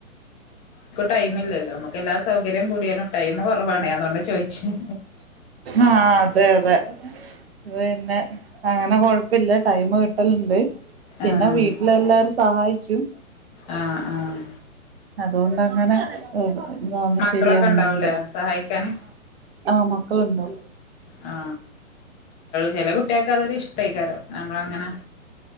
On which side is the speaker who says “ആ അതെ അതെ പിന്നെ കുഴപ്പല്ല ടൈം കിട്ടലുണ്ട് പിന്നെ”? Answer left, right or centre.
Right